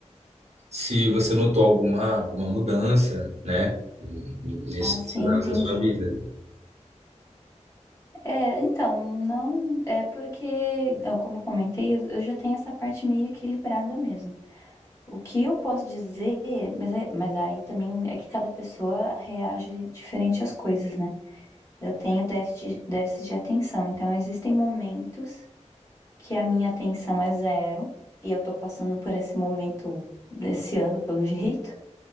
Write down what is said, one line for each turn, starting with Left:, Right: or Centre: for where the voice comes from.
Right: se você notou alguma, alguma mudança, né, nesses
Left: Ah, sim, entendi.
Right: áreas da sua vida.
Left: É, então, não é porque, ó, como eu comentei, eu eu já tenho essa parte meio equilibrada mesmo. O que eu posso dizer, mas, é- mas aí também é que cada pessoa reage diferente às coisas, né? Eu tenho déficit, déficit de atenção, então existem momentos que a minha atenção é zero, e eu tô passando por esse momento desse ano, pelo <laughs> jeito.